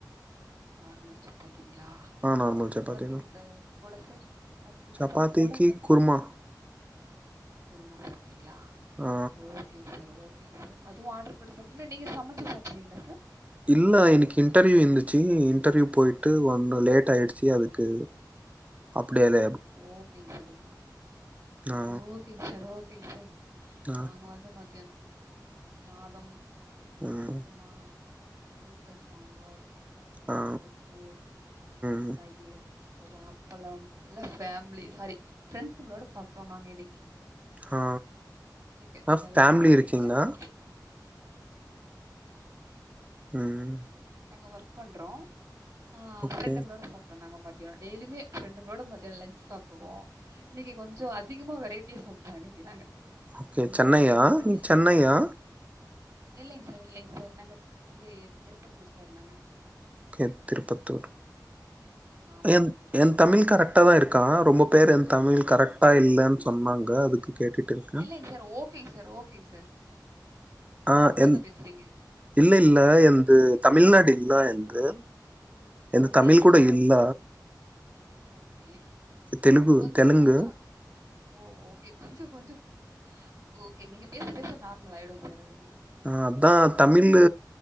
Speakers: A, on the right (about 55°); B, on the right (about 20°).
A: நார்மல் சப்பாத்தீங்ளா
B: ஆ நார்மல்
A: சப்பாத்திக்கு
B: சப்பாத்தி தா
A: அ கூட சார் அதுக்கு
B: சப்பாத்திக்கு
A: சப்பாத்தி கூட
B: குருமா
A: குருமா சாப்டீங்களா
B: ஆ
A: ஓ ஓகே சார் ஓகே சார் அதுவு ஆர்டர் போட்டு சாப்ட்டீங்களா நீங்க சமச்சு சாப்டுறீங்களா சார்
B: இல்ல இன்னிக்கு இன்டர்வியூ இருந்துச்சு இன்டர்வியூ போயிட்டு வந்தோ லேட் ஆயிடுச் சு அதுக்கு அப்டி அத
A: ஓகேங் சேர் ஓகே
B: ஆ
A: ஓக் ஓகேங் சார் ஓகேங் சார்
B: ஆ
A: நாங்க வந்து மத்தியான் சாதோ
B: ம்
A: அப்றமா நூக்கல் சாம்பார் அப்றோ கத்திரிக்கா
B: ஆ
A: தொக்கு றம்
B: ம்
A: தயிர் அப்றோ அப்பளம் எல்ல ஃபேமிலி சாரி ப்ரெண்ஸுங்களோ சாப்ட்டோ நாங்க இன்னைக்கு
B: ஆ
A: இன்னைக்கு நாங்க
B: ஆ ஃபேமிலி
A: வேல செய்ற
B: இருக்கீங்களா
A: எடத்துல நாங்க
B: ம்
A: நாங்க ஒர்க் பண்றோ ஆ
B: ஓகே
A: ப்ரெண்டுங்களோட சாப் ட்டோ நாங்க மத்தியா டெய்லியுமே ஃப்ரெண்டுங்களோ மத்தியானோ லஞ்ச் சாப்டுவோ இன்னைக்கு கொஞ்சோ அதிகமா வெரைட்டியா சாப்டோ இன்னைக்கு நாங்க
B: ஓகே
A: ரொம்ப
B: சென்னையா
A: என்ஜாய் பண்ணி
B: நீ
A: சாப்ட்டோ
B: சென்னையா
A: இல்லைங் சார் இல்லைங் சார் நாங்க இங்க திருப்பத்தூர் சார் நாங்க
B: ஓகே திருப்பத்தூர்
A: ஆமாங்க
B: என்
A: சார், ஆமாங்க
B: என் தமிழ்
A: சார்.
B: கார ட்டதா இருக்கா ரொம்ப பேர் என் தமிழ் கரெக்டா இல்லன் சொன்னாங்க அதுக்கு கேட்டுட்டு இருக்கே
A: இல்லைங்க சார் ஓகேங்க சார் ஓகே சார்
B: ஆ
A: நார்மலா
B: என்
A: தான் பேசுறீங்க.
B: இல்ல இல்ல எந்து தமிழ்நாடு இல்ல எந்து எந்து
A: அப்படிங்களா?
B: தமிழ் கூட இல்ல
A: ஓகே
B: தெலுகு
A: கொஞ்சோ
B: தெலுங்கு
A: கொஞ்சோ ஓ ஓகே கொஞ்சோ கொஞ்சோ ஓகே நீங்க பேச பேச நார்மல் ஆயிடு சார் அது வந்து
B: ஆ அதா தமிழு